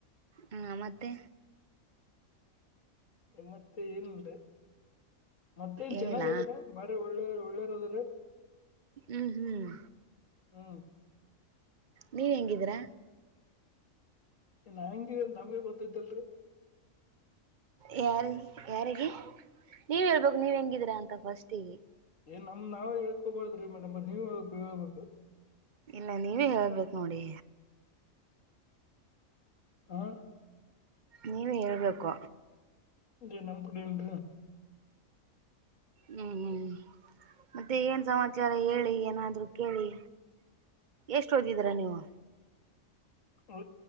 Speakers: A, on the right (about 45°); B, on the left (about 65°).
A: ಹ್ಞ ಮೆತ್ತೆ
B: ಮತ್ತೆ ಏನ್ ಇಲ್ರೀ ಮತ್ತೇನ್
A: ಏನಿಲ್ಲ
B: ಚೆನ್ನಾಗ ಅದ್ರೀ ಬಾರಿ ಒಳ್ಳೆ ಒಳ್ಳೇರ್ ಅದಾರೀ
A: ಹ್ಮ್ ಹ್ಮ್
B: ಹ್ಮ
A: ನೀವ ಹೆಂಗಿದೀರಾ
B: ನಾ ಹೆಂಗ ತಮ್ಗೆ ಗೊತ್ತ್ದಲ್ರಿ
A: ಯಾರಿ ಯಾರಿಗ ನೀವ ಹೇಳ್ಬೇಕು ನೀವ್ ಹೆಂಗಿದೀರಾ ಅಂತ ಫಸ್ಟಿಗೆ
B: ಏನ್ ನಮ್ ನಾವೇ ಹೇಕೋಬಾರುದ್ರೀ ಮೇಡಮ್ ನೀವ ಹೇ ಹೇಳ್ಬೇಕು.
A: ಇಲ್ಲ ನೀವೇ ಹೇಳ್ಬೇಕ್ ನೋಡಿ
B: ಹಾ
A: ನೀವ ಹೇಳ್ಬೇಕು
B: ಇೇ ನಮ್ಮ್ ಕಡ ಉಟ
A: ಹ್ಮ್ ಹ್ಮ್ ಮತ್ತೆ ಏನ್ ಸಮಾಚಾರ ಹೇಳಿ ಏನಾದ್ರು ಕೇಳಿ ಎಷ್ಟ ಓದಿದೀರಾ ನೀವು
B: ಅ